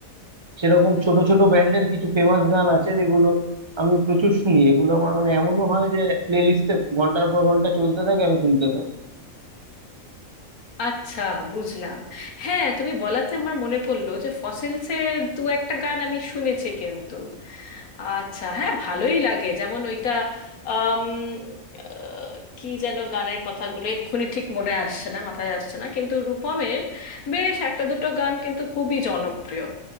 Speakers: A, on the right (about 25°); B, on the left (about 85°).
A: সেরকম ছোট ছোট ব্যান্ডের কিছু ফেমাস গান আছে যেগুলো আমি প্রচুর শুনি এগুলো আমার মানে এমনও হয় যে প্লে লিস্টে ঘন্টার পর ঘন্টা চলতে থাকে আমি শুনতে থাকি
B: আচ্ছা বুঝলাম হ্যাঁ তুমি বলাতে আমার মনে পড়লো যে ফসিলসের দু একটা গান আমি শুনেছি কিন্তু আচ্ছা হ্যাঁ ভালোই লাগে যেমন ওইটা আম, আহ, কি যেন গানের কথাগুলো এক্ষুনি ঠিক মনে আসছে না মাথায় আসছে না কিন্তু রূপমের বেশ একটা দুটো গান কিন্তু খুবই জনপ্রিয়